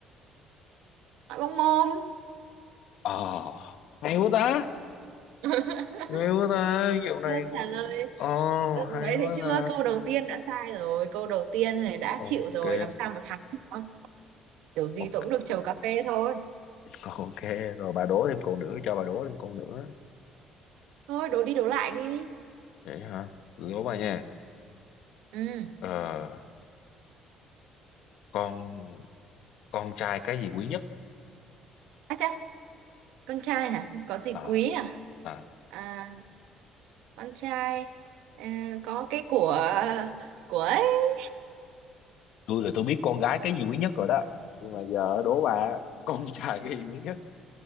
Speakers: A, on the right; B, on the left.
A: Hỏi bông mồm.
B: ờ hay quá ta
A: <laughs>
B: hay quá ta dạo này
A: Câu
B: cũng
A: trả lời
B: ờ
A: Đừng-
B: hay
A: đấy
B: quá
A: thấy chưa
B: ta
A: câu đầu tiên đã sai rồi câu đầu tiên này đã
B: ok
A: chịu rồi làm sao mà thắng được kiểu gì
B: ok
A: tôi cũng được chầu cà phê thôi
B: <laughs> ok rồi bà đố thêm câu nữa cho bà đố thêm câu nữa
A: thôi đố đi đố lại đi
B: vậy hả đố bà nha
A: ừ
B: ờ con con trai cái gì quý nhất
A: à chà con trai hả có gì
B: ờ
A: quý à
B: à,
A: à con trai à, có cái của của ấy
B: tôi là tôi biết con gái cái gì quý nhất rồi đó nhưng mà giờ đố bà con <laughs> trai cái gì quý nhất